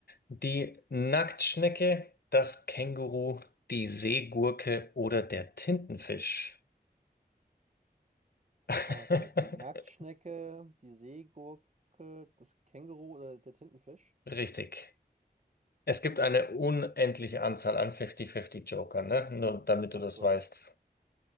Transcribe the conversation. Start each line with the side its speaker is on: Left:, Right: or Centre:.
Left: Die Nacktschnecke, das Känguru, die Seegurke oder der Tintenfisch? <laughs>
Right: Oh Gott, die Nacktschnecke, die Seegurke, das Känguru oder der Tintenfisch?
Left: Richtig. Es gibt eine unendliche Anzahl an 50-50-Joker, ne? Nur damit
Right: Ach
Left: du das
Right: so,
Left: weißt.